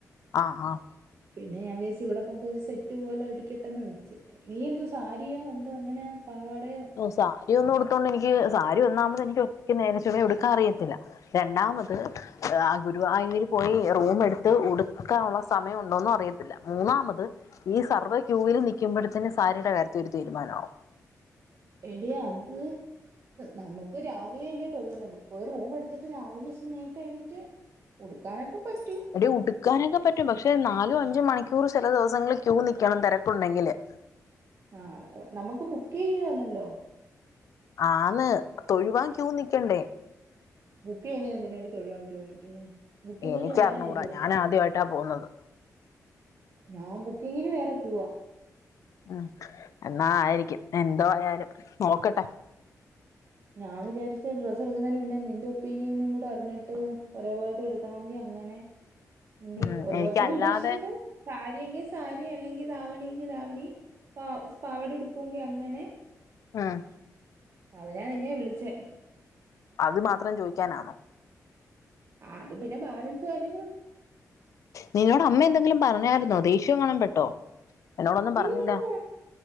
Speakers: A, on the left; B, on the right.
A: ആഹ്. ആഹ്.
B: പിന്നെ ഞാൻ വിചാര്ച്ച് ഇവിടെ പോകുമ്പോ ഒരു സെറ്റ് പോലെ ഇരിക്കട്ടെന്ന് വെച്ച്. നീ എന്തോ സാരിയോ, എന്തോ അങ്ങനെ പാവാടയോ?
A: ഓ സാരി ഒന്നു ഉടുത്തോണ്ടെനിക്ക് സാരി ഒന്നാമത് എനിക്ക് നേരെ ചൊവെ ഉടുക്കാ അറിയത്തില്ല. രണ്ടാമത് ആ ഗുരുവായൂര് പോയി റൂമെടുത്ത് ഉടുത്ത് ക്കാനുള്ള സമയുണ്ടോന്ന് അറിയത്തില്ല. മൂന്നാമത് ഈ സർവ്വെ ക്യൂവില് നിക്കുമ്പഴത്തെ ന്നെ സാരിയുടെ കാര്യത്തിനൊരു തീരുമാനാവും.
B: എടീ അത് നമക്ക് രാവിലെ അല്ലേ തൊഴുന്നത്. പോയി റൂമ് എടുത്തിട്ട് രാവിലെ ഇച്ചിരി നേരത്തെ എഴുന്നേറ്റ്. ഉടുക്കാനൊക്കെ പറ്റും.
A: എടീ ഉടുക്കാനൊക്കെ പറ്റും. പക്ഷെ നാലും അഞ്ചും മണിക്കൂറ് ചെല ദിവസങ്ങളിൽ ക്യൂ നിൽക്കണം. തെരക്കുണ്ടെങ്കില്
B: ആ നമുക്ക് ബുക്ക് ചെയ്വാന്നല്ലൊ.
A: ആന്ന്. തൊഴുവാൻ ക്യൂ നിക്കണ്ടേ.
B: ബുക്ക് ചെയ്യുന്നതിന് എന്തിനാടീ തൊഴുവാൻ ക്യൂ നിക്കുന്നെ. ബുക്കിങ്ങിന്
A: എനിക്കറിഞ്ഞൂടാ.
B: വേറെ ഏരിയ
A: ഞാൻ ആദ്യായിട്ടാ പോകുന്നത്.
B: ഞാൻ ബുക്കിങ്ങിന് വേറെ ക്യൂവാ.
A: ഉം. എന്നാ ആയിരിക്കും. എന്തോയാലും നോക്കട്ടെ.
B: ഞാ വിചാരിച്ച് ഡ്രസ്സെടുക്കുന്നത് മുന്നേ നിന്റെ ഉപ്പീനിയനും കൂടെ അറിഞ്ഞിട്ട്. ഒരേപോലത്തെ എടുക്കണോങ്കി അങ്ങനെ. എങ്കി
A: ഉം
B: ഒരുപോൽത്തെ
A: എനിക്കല്ലാതെ
B: ഉദ്ദേശിച്ചത്. സാരിയെങ്കിസാരി, അല്ലെങ്കി ദാവണിയെങ്കി ദാവണി, പ പാവട ഉടുപ്പെങ്കിഅങ്ങനെ,
A: ആഹ്.
B: അതിനാ നിന്നെ വിളിച്ചെ.
A: അത് മാത്രം ചോയിക്കാനാണോ.
B: ആ അത് പിന്നെ ബാലൻസ് കാര്യങ്ങളും-
A: നിന്നോട് അമ്മ എന്തെങ്കിലും പറഞ്ഞായിരുന്നോ. ദേഷ്യകാണും പെട്ടോ. എന്നോടൊന്നും പറഞ്ഞില്ല
B: ഇല്ലില്ലാ.